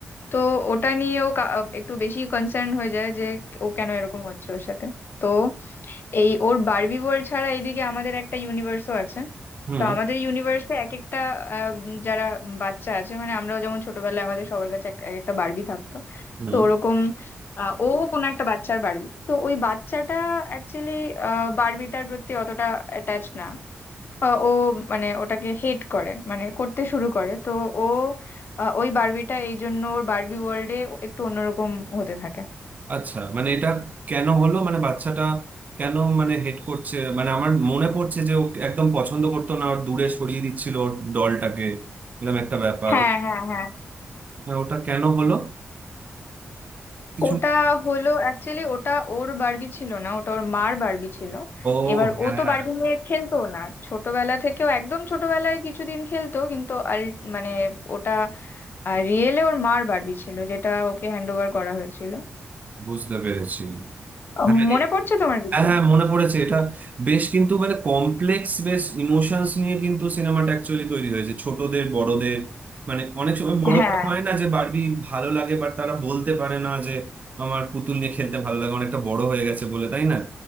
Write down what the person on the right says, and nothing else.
হুম
হুম
আচ্ছা মানে এটা কেন হলো মানে বাচ্চাটা কেন মানে হেড করছে মানে আমার মনে পড়ছে যে ও একদম পছন্দ করতো না ওর দূরে সরিয়ে দিচ্ছিল ওর ডলটাকে এরকম একটা ব্যাপার
হ্যাঁ ওটা কেন হলো কিছু
ও
হ্যাঁ
বুঝতে পেরেছি
হ্যাঁ হ্যাঁ
হ্যাঁ মনে পড়েছে এটা বেশ কিন্তু মানে কমপ্লেক্স বেশ ইমোশনস নিয়ে কিন্তু সিনেমাটা অ্যাকচুয়ালি তৈরি হয়েছে ছোটদের বড়দের মানে অনেক সময় বড়দের
হয় না যে বারবি ভালো লাগে বাট তারা বলতে পারে না যে আমার পুতুল নিয়ে খেলতে ভালো লাগে অনেকটা বড় হয়ে গেছে বলে তাই না